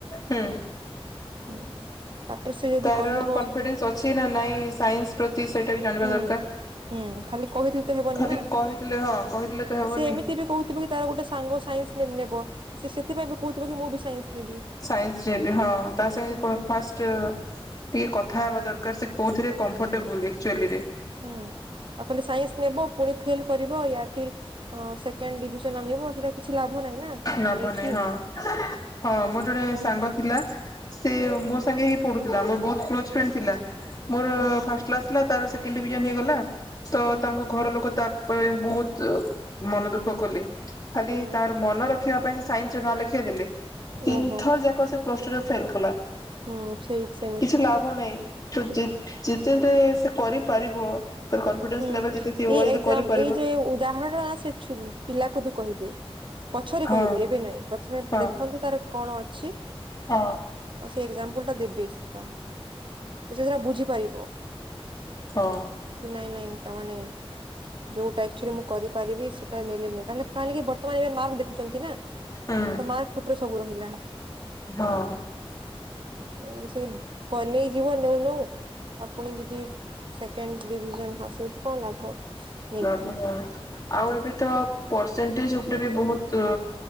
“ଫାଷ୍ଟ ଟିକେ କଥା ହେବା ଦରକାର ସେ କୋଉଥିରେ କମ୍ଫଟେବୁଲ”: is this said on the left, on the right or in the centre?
Left